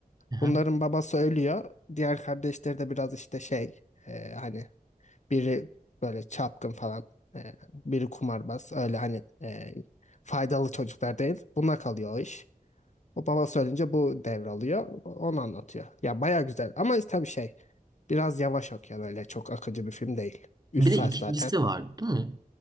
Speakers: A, on the right; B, on the left.
A: aha.
B: Bunların babası ölüyor. Diğer kardeşleri de biraz işte şey e, hani biri böyle çapkın falan e, biri kumarbaz öyle hani e, faydalı çocuklar değil. Buna kalıyor o iş. O babası ölünce bu devralıyor. Onu anlatıyor. Ya baya güzel ama tabii şey biraz yavaş okuyor böyle çok akıcı bir film değil. 3
A: Bir
B: saat
A: de ikincisi
B: zaten.
A: var, değil mi?